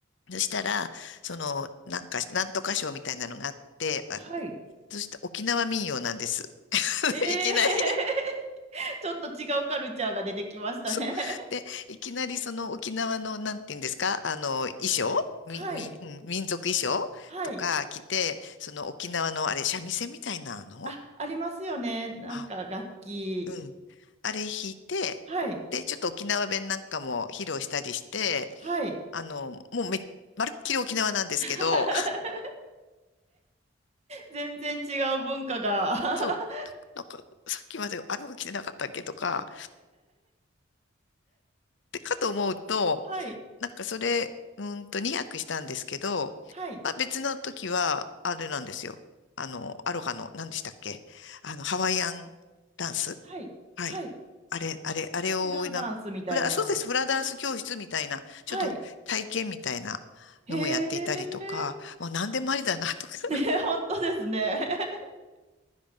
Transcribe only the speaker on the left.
そしたら、その、なんか、なんとかショーみたいなのがあって、あ
そして沖縄民謡なんです。<laughs>
いきなり
<laughs> そう。で、いきなりその沖縄の、なんて言うんですか、あの、衣装み、
み、うん、民族衣装とか着て、
その沖縄の、あれ、三味線みたいなの
はい。うん。あれ弾いて、
で、ちょっと沖縄弁なんかも披露したりして、
あの、もうめ、まるっきり沖縄なんですけど、
<laughs>
そう。なんか、なんかさっきまであの子着てなかったっけとか、で、かと思うと、
なんかそれ、うーんと2泊したんですけど、
まあ別の時は、あれなんですよ。あの、アロハの、何でしたっけあの、ハワイアンダンス
はい。
あれ、あれ、あれをな、
フラ、そうです、フラダンス教室みたいな、
ちょっと体験みたいなのもやっていたりとか、
まあ何でもありだなとか、<laughs>